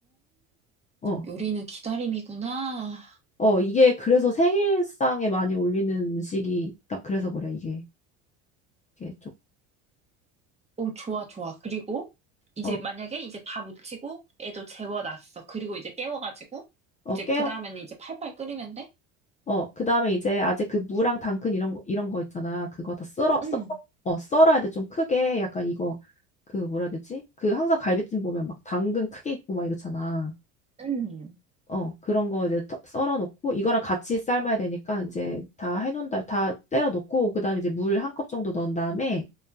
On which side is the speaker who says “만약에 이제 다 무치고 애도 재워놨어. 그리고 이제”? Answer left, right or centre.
Right